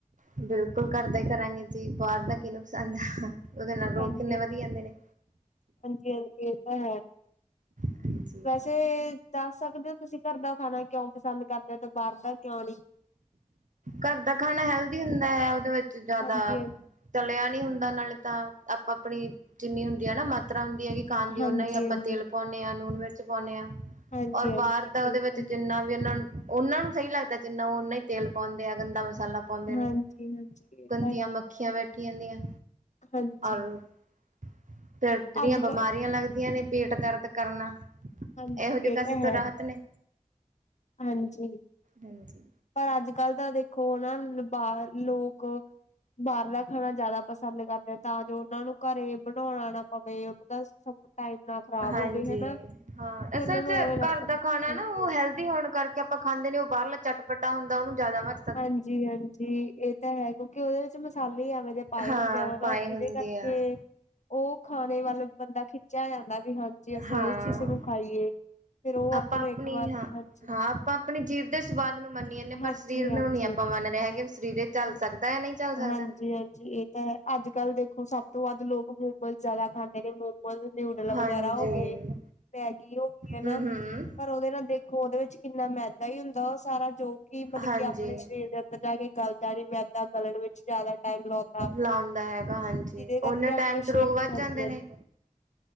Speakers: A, on the right (about 65°); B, on the left (about 55°).
A: ਬਿਲਕੁਲ ਕਰਦਾ ਹੀ ਕਰਾਂਗੇ ਜੀ ਬਾਹਰ ਦਾ ਕਿਹਨੂੰ ਪਸੰਦ ਆ ਉਹਦੇ ਨਾਲ ਰੋਗ
B: ਹਾਂਜੀ,
A: ਕਿੰਨੇ ਵਧੀ ਜਾਂਦੇ ਨੇ।
B: ਇਹ ਤਾਂ ਹੈ,
A: ਹਾਂਜੀ,
B: ਵੈਸੇ। ਦੱਸ ਸਕਦੇ ਹੋ, ਤੁਸੀਂ ਘਰ ਦਾ ਖਾਣਾ ਕਿਉਂ ਪਸੰਦ ਕਰਦੇ ਹੋ ਤੇ ਬਾਹਰ ਦਾ ਕਿਉਂ ਨਹੀਂ?
A: ਘਰ ਦਾ ਖਾਣਾ ਹੈਲਦੀ ਹੁੰਦਾ ਹੈ, ਉਹਦੇ ਵਿੱਚ ਜ਼ਿਆਦਾ
B: ਹਾਂਜੀ,
A: ਤਲਿਆ ਨੀ ਹੁੰਦਾ ਨਾਲੇ ਤਾਂ, ਆਪਾਂ ਆਪਣੀ ਜਿੰਨੀ ਹੁੰਦੀ ਹੈ ਨਾ ਮਾਤਰਾ ਹੁੰਦੀ ਹੈ ਕਿ ਖਾਣ ਦੀ,
B: ਹਾਂਜੀ-ਹਾਂਜੀ,
A: ਉਹਨਾ ਹੀ ਆਪਾਂ ਤੇਲ ਪਾਉਂਦੇ ਆ, ਲੂਣ ਮਿਰਚ ਪਾਉਂਦੇ ਆ।
B: ਹਾਂਜੀ-ਹਾਂਜੀ
A: ਔਰ, ਬਾਹਰ ਦਾ ਉਹਦੇ
B: ਇਹ ਤਾਂ
A: ਵਿੱਚ ਜਿੰਨਾ ਵੀ ਉਹਨਾਂ ਨੂੰ ਉਹਨਾਂ ਨੂੰ ਸਹੀ ਲੱਗਦਾ, ਜਿੰਨਾ ਉਹ ਨਾ ਹੀ ਤੇਲ ਪਾਉਂਦੇ ਆ, ਗੰਦਾ ਮਸਾਲਾ ਪਾਉਂਦੇ
B: ਹਾਂਜੀ-ਹਾਂਜੀ
A: ਨੇ,
B: ਇਹ
A: ਗੰਦੀਆਂ
B: ਤਾਂ ਹੈ,
A: ਮੱਖੀਆਂ ਬੈਠੀਆਂ ਜਾਂਦੀਆਂ,
B: ਹਾਂਜੀ
A: ਔਰ <unintelligible> ਜਿਹੜੀਆਂ
B: ਅੱਜ-ਕੱਲ
A: ਬਿਮਾਰੀਆਂ ਲੱਗਦੀਆਂ ਨੇ, ਪੇਟ ਦਰਦ ਕਰਨਾ।
B: ਹਾਂਜੀ,
A: ਇਹੋ ਜਿਹੇ
B: ਇਹ
A: ਕਾਸੇ
B: ਤਾਂ
A: ਤੋਂ
B: ਹੈ।
A: ਰਾਹਤ ਨੇ।
B: ਹਾਂਜੀ,
A: ਹਾਂਜੀ।
B: ਪਰ ਅੱਜ ਕੱਲ ਤਾਂ ਦੇਖ ਖਣਾ ਬਾਹ ਲੋਕ <unintelligible> ਬਾਹਰਲਾ ਖਾਣਾ ਜ਼ਿਆਦਾ ਪਸੰਦ ਕਰਦੇ ਆ, ਤਾਂ ਜੋ ਉਹਨਾਂ ਨੂੰ ਘਰੇ ਬਣਾਉਣਾ ਨਾ ਪਵੇ, ਉਹਨਾਂ ਦਾ ਟਾਈਮ ਨਾ <unintelligible>
A: ਹਾਂਜੀ,
B: ਹਨਾ
A: ਹਾਂ
B: ਕਿਉਂਕਿ
A: ਅਸਲ
B: ਉਹਨਾਂ
A: ਚ
B: ਨੂੰ ਐਵੇਂ ਲੱਗਦਾ
A: ਘਰ ਦਾ ਖਾਣਾ
B: ਹਾਂਜੀ
A: ਨਾ ਉਹ ਹੈਲਥ ਹੋਣ ਕਰਕੇ ਆਪਾਂ ਖਾਂਦੇ ਨੀ, ਉਹ ਬਾਹਲਾ ਚਟਪਟਾ ਹੁੰਦਾ ਉਹਨੂੰ ਜ਼ਿਆਦਾ ਮਹ
B: ਹਾਂਜੀ-ਹਾਂਜੀ, ਇਹ ਤਾਂ ਹੈਗਾ। ਕਿ ਉਹਦੇ ਵਿੱਚ ਮਸਾਲੇ ਐਵੇਂ ਦੇ ਪਾਏ
A: ਹਾਂ
B: ਹੁੰਦੇ ਆ ਹਨਾ,
A: ਪਾਏ
B: ਜਿਹਦੇ
A: ਹੁੰਦੇ
B: ਕਰਕੇ
A: ਆ
B: ਉਹ ਖਾਣੇ ਵੱਲ ਬੰਦਾ ਖਿੱਚਿਆ ਜਾਂਦਾ ਵੀ ਹਾਂਜੀ ਅਸੀਂ
A: ਹਾਂ
B: ਇਸ ਚੀਜ਼ ਨੂੰ ਖਾਈਏ। ਫੇਰ ਉਹ
A: ਆਪਾਂ ਆਪਣੀ
B: ਨੂੰ ਇੱਕ ਵਾਰ
A: ਹਾਂ
B: ਹਾਂਜੀ
A: ਹਾਂ ਆਪਾਂ ਆਪਣੀ ਜੀਤ ਦੇ ਸਵਾਦ ਨੂੰ ਮੰਨੀ ਜਾਂਦੇ
B: ਹਾਂਜੀ
A: ਪਰ ਸਰੀਰ
B: ਹਾਂਜੀ
A: ਨੂੰ ਨਹੀਂੀ ਆਪਾਂ ਮੰਨ ਰਹੇ ਹੈਗੇ ਸਰੀਰ ਚੱਲ
B: ਹਾਂ
A: ਸਕਦਾ ਜਾਂ ਨਹੀਂ ਚੱਲ ਸਕਦਾ।
B: ਹਾਂਜੀ ਹਾਂਜੀ ਇਹ ਤਾਂ ਹੈ ਅੱਜ ਕੱਲ੍ਹ ਦੇਖੋ ਸਭ ਤੋਂ ਵੱਧ ਲੋਕ ਮੋਮਲ ਜ਼ਿਆਦਾ ਖਾਂਦੇ ਨੇ ਮੋਮੋਲ ਨਿਊਡਲ
A: ਹਾਂਜੀ
B: ਵਗੈਰਾ ਹੋ ਗਏ। ਮੈਗੀ ਹੋ ਗਈ ਹੈ ਨਾ
A: ਹੂੰ-ਹੂੰ
B: ਪਰ ਉਹਦੇ ਨਾਲ ਦੇਖੋ, ਉਹਦੇ ਵਿੱਚ ਕਿੰਨਾ ਮੈਦਾ ਹੀ ਹੁੰਦਾ, ਉਹ ਸਾਰਾ ਜੋ ਕਿ <unintelligible>
A: ਹਾਂਜੀ।
B: ਕਿ ਆਪਣੇ ਸਰੀਰ ਦੇ ਅੰਦਰ <unintelligible> ਗੱਲ ਦਾ ਨੀ ਮੈਦਾ, ਗਲਣ ਵਿੱਚ ਜ਼ਿਆਦਾ ਟਾਈਮ ਲਾਉਂਦਾ,
A: ਲਾਉਂਦਾ ਹੈਗਾ ਹਾਂਜੀ
B: ਜਿਹਦੇ ਕਰਕੇ
A: ਓਨੇ
B: ਆਪਣੇ
A: ਟਾਈਮ ਚ
B: ਸ਼ਰੀਰ
A: ਰੋਗ ਵੱਧ
B: <inaudible> ਹਾਂਜ-
A: ਜਾਂਦੇ
B: ਹਾਂਜੀ
A: ਨੇ